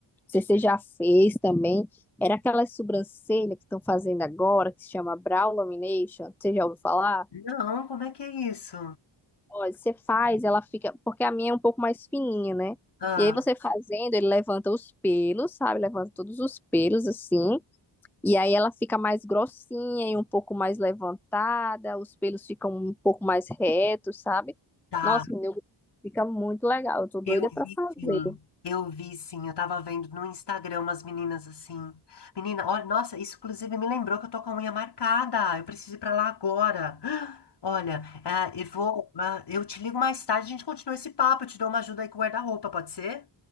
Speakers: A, in the centre; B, on the left.
A: sei se Você já fez também? Era aquelas sobrancelhas que estão fazendo agora, que se chama brow lamination. Você já ouviu falar?
B: Não, como é que é isso?
A: Olha, você faz, ela fica. Porque a minha é um pouco mais fininha, né?
B: Ah,
A: E aí você fazendo, ele levanta os pelos, sabe? Levanta todos os pelos assim. E aí ela fica mais grossinha e um pouco mais levantada, os pelos ficam um pouco mais retos, sabe?
B: tá.
A: Nossa, menina, eu- fica muito legal. Eu tô doida
B: Eu vi
A: pra fazer.
B: sim, eu vi sim. Eu tava vendo no Instagram umas meninas assim. Menina, olha, nossa, isso inclusive me lembrou que eu tô com a unha marcada. Eu preciso ir pra lá agora. <gasps> Olha, ah, eu vou. ah, eu te ligo mais tarde, a gente continua esse papo. Eu te dou uma ajuda aí com o guarda-roupa, pode ser?